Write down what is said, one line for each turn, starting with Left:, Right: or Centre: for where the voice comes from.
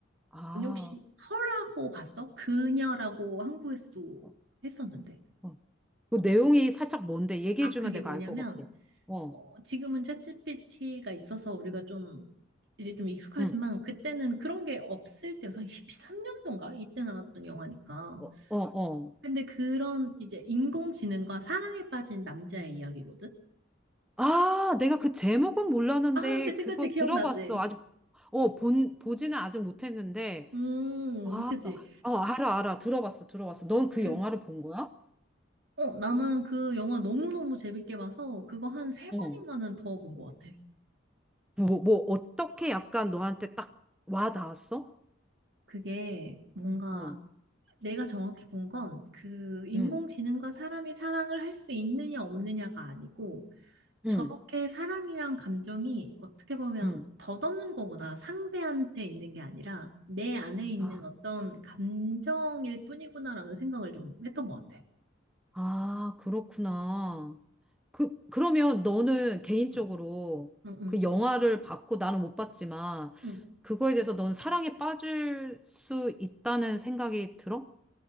Centre: 아.
Right: 언니 혹시 허라고 봤어? 그녀라고 한국에서 도
Centre: 어.
Right: 했었는데.
Centre: 어. 그 내용이 살짝 뭔데? 얘기해주면
Right: 아, 그게
Centre: 내가
Right: 뭐냐면,
Centre: 알 것 같아. 어,
Right: 어, 지금은 챗GPT가 있어서 우리가 좀 이제 좀 익숙하지만
Centre: 응,
Right: 그때는 그런 게 없을 때여서 13년도인가 이때 나왔던 영화니까.
Centre: 어, 어, 어.
Right: 근데 그런 이제 인공지능과 사랑에 빠진 남자의 이야기거든.
Centre: 아, 내가 그 제목은 몰랐는데
Right: 아, 그치
Centre: 그거
Right: 그치 기억나지.
Centre: 들어봤어. 아직, 어, 본, 보지는 아직 못했는데.
Right: 음,
Centre: 아,
Right: 그치.
Centre: 어, 알아, 알아. 들어봤어, 들어봤어. 넌 그
Right: 그
Centre: 영화를 본 거야?
Right: 어, 나는 그 영화 너무너무 재밌게 봐서 그거 한 세
Centre: 어.
Right: 번인가는 더 본 것 같아.
Centre: 뭐, 뭐, 어떻게 약간 너한테 딱 와 닿았어?
Right: 그게 뭔가
Centre: 어,
Right: 내가 정확히 본 건 그 인공지능과
Centre: 응,
Right: 사람이 사랑을 할 수 있느냐 없느냐가 아니고 저렇게
Centre: 응,
Right: 사랑이란 감정이 어떻게 보면
Centre: 응.
Right: 덧없는 거구나. 상대한테 있는 게 아니라 내 안에 있는
Centre: 아,
Right: 어떤 감정일 뿐이구나라는 생각을 좀 했던 것 같아.
Centre: 아, 그렇구나. 그, 그러면 너는 개인적으로
Right: 응, 응, 응.
Centre: 그 영화를 봤고 나는 못 봤지만
Right: 응.
Centre: 그거에 대해서 넌 사랑에 빠질 수 있다는 생각이 들어?